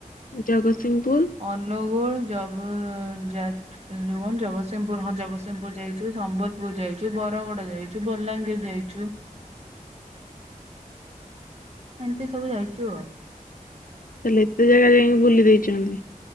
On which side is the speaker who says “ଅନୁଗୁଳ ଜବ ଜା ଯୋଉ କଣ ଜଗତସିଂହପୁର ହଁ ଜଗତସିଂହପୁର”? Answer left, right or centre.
Right